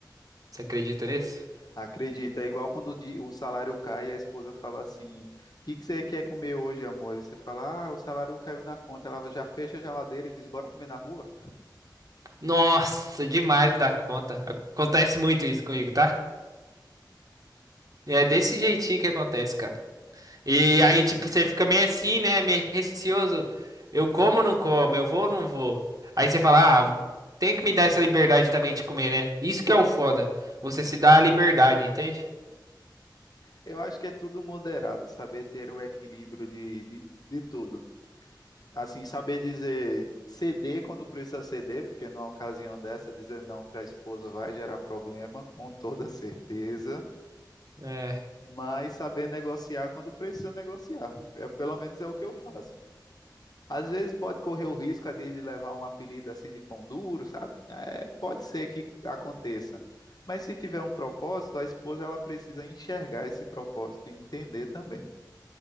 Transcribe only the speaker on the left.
Acredita, é igual quando o di- o salário cai e a esposa fala assim: o que que você quer comer hoje, amor? E você fala: ah, o salário caiu na conta. Ela já fecha a geladeira e diz: bora comer na rua?
Eu acho que é tudo moderado, saber ter o equilíbrio de, de, de tudo. Assim, saber dizer ceder quando precisa ceder, porque numa ocasião dessa, dizer não para a esposa vai gerar problema, com toda certeza.
mas saber negociar quando precisa negociar. É, pelo menos é o que eu faço. Às vezes pode correr o risco de, de levar um apelido assim de pão duro, sabe? É, pode ser que aconteça. Mas se tiver um propósito, a esposa ela precisa enxergar esse propósito e entender também.